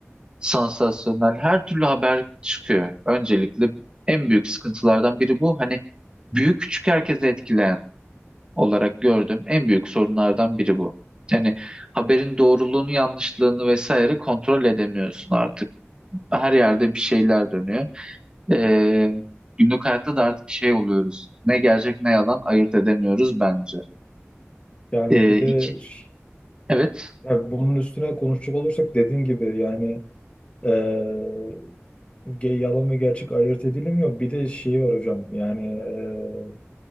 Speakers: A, on the right; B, on the left.
A: sansasyonel her türlü haber çıkıyor. Öncelikle en büyük sıkıntılardan biri bu. Hani büyük küçük herkese etkileyen olarak gördüğüm en büyük sorunlardan biri bu. Yani haberin doğruluğunu, yanlışlığını vesaire kontrol edemiyorsun artık. Her yerde bir şeyler dönüyor. Ee, günlük hayatta da artık şey oluyoruz. Ne gerçek ne yalan ayırt edemiyoruz bence.
B: Yani
A: Ee,
B: bir
A: iki,
B: de ş-
A: evet,
B: yani bunun üstüne konuşacak olursak dediğin gibi yani eee, Ge- Yalan ve gerçek ayırt edilemiyor. Bir de şey var hocam yani e,